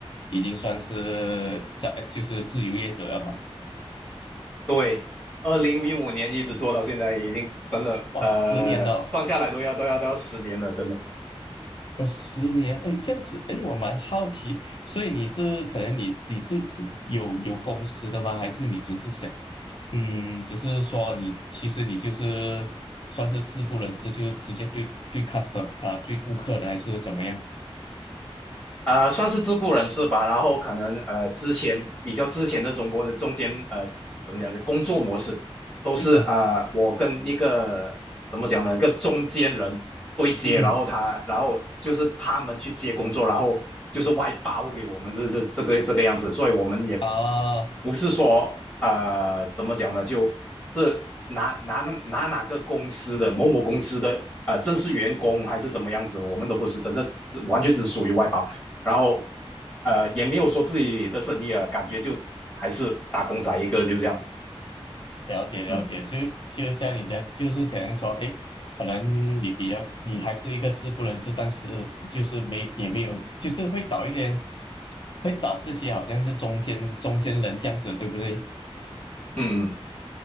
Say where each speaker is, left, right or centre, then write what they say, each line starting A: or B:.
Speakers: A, on the left; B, on the left.
A: 已经算是在就是自由业者了嘛？
B: 对，二零一五年一直做到现在，已经真的呃算下来都要都要都要十年了，
A: 哇，十年了哦，哦
B: 真的。
A: 十年，哎，这样子，哎，我蛮好奇，所以你是可能你你自自有有公司的吗？还是你只是想嗯，只是说你其实你就是算是自雇人士，就是直接对对 customer 啊，对顾客的还是怎么样？
B: 啊、算是自雇人士吧。然后可能呃，之前比较之前的中国的中间呃，怎么讲呢？工作模式都是呃，
A: 嗯哼，
B: 我跟一个怎么讲呢，一个中间人对接，
A: 嗯哼，
B: 然后他，然后就是他们去接工作，然后就是外包给我们这这这个这个样子。所以我们也
A: 啊，
B: 不是说呃怎么讲呢，就是拿拿拿哪个公司的某某公司的呃正式员工还是怎么样子，我们都不是，真的是完全只属于外包，然后呃也没有说自己的生意啊，感觉就还是打工仔一个，就这样，
A: 了解了解，
B: 嗯
A: 就就像你讲，就是想说，诶，可能你比较你还是一个自雇人士，但是就是没也没有，就是会找一点，会找这些好像是中间中间人这样子，对不对？
B: 嗯嗯，